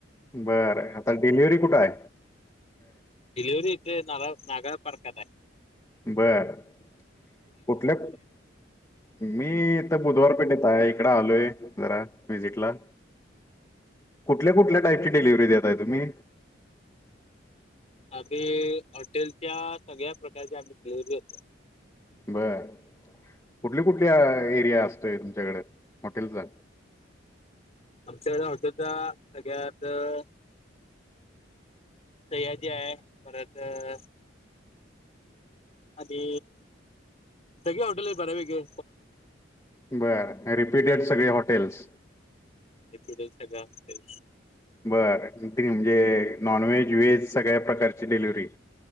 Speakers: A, on the left; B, on the left.
A: बरं, आता डिलिव्हरी कुठेय?
B: डिलिव्हरी येथे ना नागाव तारका ला.
A: बरं - कुठल्या? मी तर बुधवारपेठेत आहे. इकड आलोय, जरा विझिटला. कुठल्या- कुठल्या टाईपची डिलिव्हरी देताय? तुम्ही
B: आम्ही हॉटेलच्या, सगळ्या प्रकारच्या आम्ही डिलव्हरी देतो.
A: बर - कुठली, कुठल्या एरिया असतोय? तुमच्याकडे हॉटेलचा.
B: आमच्याकडे हॉटेलचा सगळ्यात, अ... सयाजी आहे. परत अ... आणि सगळी हाॅटेल आहेत बर्यापैकी
A: बरं. रिपीटेड सगळी हॉटेल्स.
B: येथील सगळ्या हॉटेल
A: बर, ती म्हणजे - नॉन व्हेज- व्हेज सगळ्या प्रकारची डिलिव्हरी.